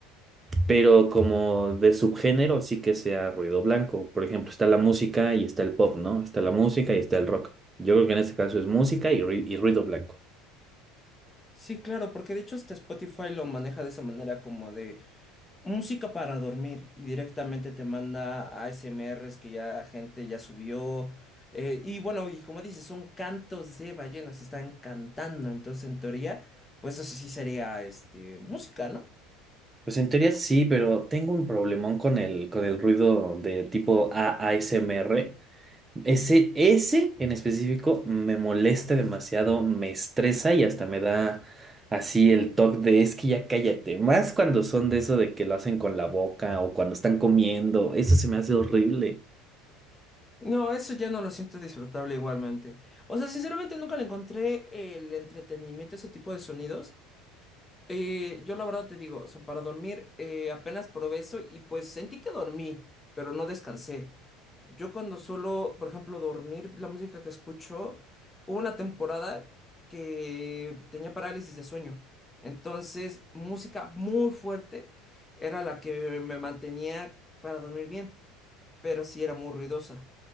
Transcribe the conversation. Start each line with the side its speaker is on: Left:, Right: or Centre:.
Right: pero como de subgénero sí que sea ruido blanco. Por ejemplo, está la música y está el pop, ¿no? Está la música y está el rock. Yo creo que en este caso es música y, rui- y ruido blanco.
Left: Sí, claro, porque de hecho hasta Spotify lo maneja de esa manera como de música para dormir y directamente te manda ASMRs que ya gente ya subió. eh, y bueno, y como dices, son cantos de ballenas, están cantando, entonces en teoría, pues eso sí sería este música, ¿no?
Right: Pues en teoría sí, pero tengo un problemón con el, con el ruido de tipo ASMR. Ese, ese en específico me molesta demasiado, me estresa y hasta me da así el toque de es que ya cállate. Más cuando son de eso de que lo hacen con la boca o cuando están comiendo, eso se me hace horrible.
Left: No, eso ya no lo siento disfrutable igualmente. O sea, sinceramente nunca le encontré el entretenimiento a ese tipo de sonidos. Eh, yo la verdad te digo, o sea, para dormir eh, apenas probé eso y pues sentí que dormí, pero no descansé. Yo cuando suelo, por ejemplo, dormir, la música que escucho, hubo una temporada que tenía parálisis de sueño. Entonces, música muy fuerte era la que me mantenía para dormir bien, pero sí era muy ruidosa.